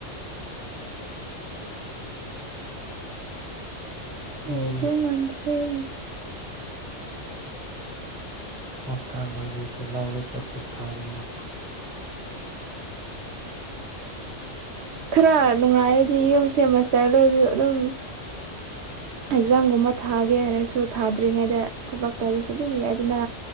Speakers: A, on the right; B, in the centre.
A: ꯌꯦꯗꯦ
B: ꯎꯝ
A: ꯃꯟ꯭ꯔꯔꯤ ꯏ
B: ꯃꯁꯇ ꯂꯁꯨ ꯂꯥꯎꯗ ꯆꯠꯄ ꯊꯥꯔꯅꯤ
A: ꯈꯔ ꯅꯨꯡꯉꯥꯏꯔꯗꯤ ꯌꯨꯝ ꯁꯦꯃꯁꯇꯔ ꯂꯣꯏꯕꯤꯌ ꯑꯗꯨꯝ ꯑꯦꯛꯖꯥꯝꯒꯨꯝꯕ ꯊꯥꯒꯦ ꯍꯥꯏꯔꯁꯨ ꯊꯥꯗ꯭ꯔꯤꯉꯩꯗ ꯊꯕꯛ ꯇꯧꯕꯁꯨ ꯑꯗꯨꯝ ꯌꯥꯏ ꯑꯗꯨꯅ